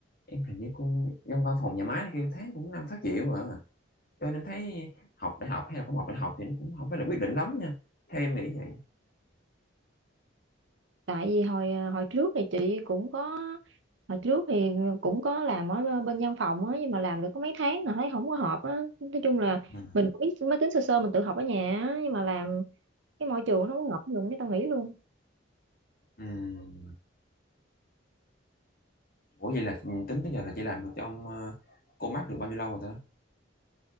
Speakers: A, on the left (about 50°); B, on the right (about 75°).
A: em hình như con trong văn phòng nhà máy này kia tháng cũng năm sáu triệu à cho nên em thấy học đại học hay là không học đại học thì nó cũng không phải là quyết định lắm nha theo em nghĩ vậy
B: tại vì hồi ờ, hồi trước thì chị cũng có hồi trước thì cũng có làm ở bên văn phòng á nhưng mà làm được có mấy tháng rồi thấy không có hợp á nói chung là
A: Ừ.
B: mình cũng biết máy tính sơ sơ mình tự học ở nhà á nhưng mà làm cái môi trường nó không hợp với mình cái tao nghỉ luôn
A: Ừ. ủa vậy là tính tới giờ là chị làm được trong ờ, cô mắc được bao nhiêu lâu rồi ta